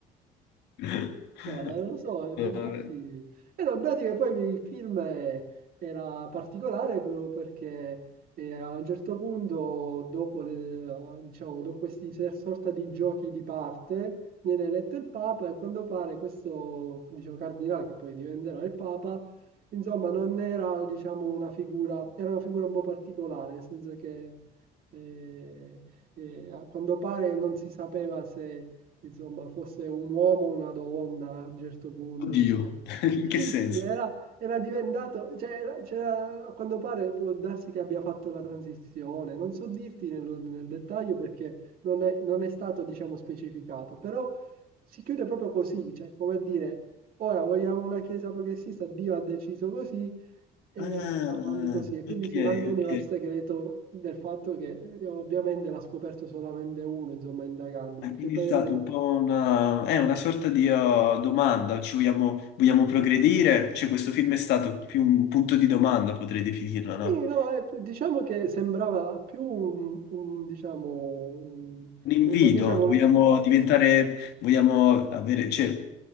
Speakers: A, on the left; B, on the right.
A: <laughs>
B: No, eh, non lo so, eh, infatti...
A: Vabbè.
B: E no, in pratica poi il film è- era particolare proprio perché eh, a un certo punto, dopo, le- diciamo, dopo questi se- sorta di giochi di parte, viene eletto il Papa e a quanto pare questo, diciamo, cardinale, che poi diventerà il Papa, insomma, non era, diciamo, una figura... Era una figura un po' particolare, nel senso che... eh, eh, a quanto pare non si sapeva se insomma, fosse un uomo o una donna a un certo punto.
A: Oddio,
B: Cioè.
A: <laughs>
B: Sì,
A: in che senso?
B: sì, era, era diventato, cioè, era- c'era- a quanto pare può darsi che abbia fatto la transizione, non so dirti nello- nel dettaglio perché non è, non è stato, diciamo, specificato, però si chiude proprio così, cioè, come a dire, ora vogliamo una chiesa progressista, Dio ha deciso così e
A: Ah,
B: si va avanti così, e quindi
A: ok,
B: si manteneva
A: ok.
B: il segreto del fatto che eh, ovviamente l'ha scoperto solamente uno, insomma, indagando,
A: E
B: perché
A: quindi
B: praticamente
A: è stata un po' una, è una sorta di uh, domanda, ci vogliamo, vogliamo progredire? Cioè, questo film è stato più un punto di domanda, potrei definirlo, no?
B: Sì, no, eh, diciamo che sembrava più un, un, diciamo, un,
A: Un invito,
B: un- come ti dicevo,
A: vogliamo
B: una-
A: diventare, vogliamo avere, cioè,